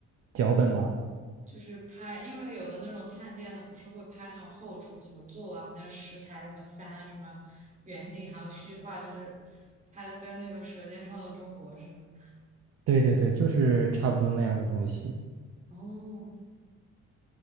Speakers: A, on the right; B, on the right.
A: 脚本吗？
B: 就是拍，因为有的那种探店的不是会拍那种后厨怎么做啊，那个食材怎么翻啊，什么远景还有虚化，就是拍的跟那个《舌尖上的中国》似的。
A: 对对对，就是差不多那样的东西。
B: 哦，